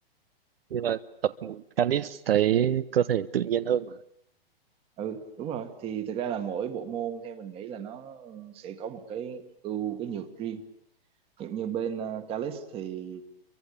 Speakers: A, on the right; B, on the right.
A: nhưng mà tập calis thấy cơ thể tự nhiên hơn mà
B: ừ đúng rồi thì thực ra là mỗi bộ môn theo mình nghĩ là nó sẽ có một cái ưu cái nhược riêng hiện như bên uh, Calix thì